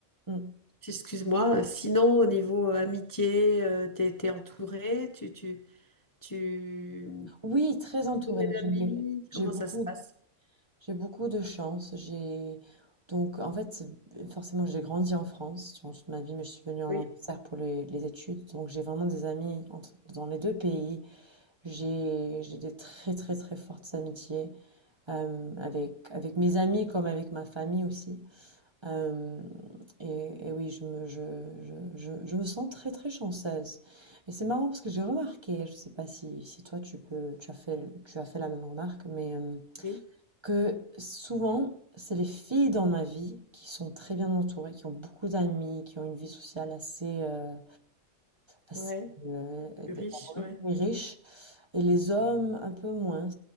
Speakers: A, on the right (about 25°); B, on the left (about 20°).
A: Mm.
B: excuse-moi, euh, sinon au niveau euh, amitié, euh, t'es, t'es entouré, tu, tu, tu,
A: Oui, très entourée.
B: entouré d'amis,
A: J'ai j'ai
B: comment
A: beaucoup
B: ça se passe?
A: J'ai beaucoup de chance. J'ai donc en fait forcément j'ai grandi en France durant toute ma vie, mais je suis venue en
B: Oui,
A: Angleterre pour les, les études. Donc j'ai vraiment des amis entre- dans les deux pays. J'ai j'ai des très très très fortes amitiés euh, avec avec mes amis comme avec ma famille aussi. Euh, et, et oui, je me je, je, je, je me sens très très chanceuse. Et c'est marrant parce que j'ai remarqué, je sais pas si si toi tu peux tu as fait tu as fait la même remarque, mais euh,
B: oui,
A: que souvent, c'est les filles dans ma vie qui sont très bien entourées, qui ont beaucoup d'amis, qui ont une vie sociale assez, heu, assez,
B: ouais,
A: heu,
B: plus riche, ouais.
A: et riche et les hommes un peu moins.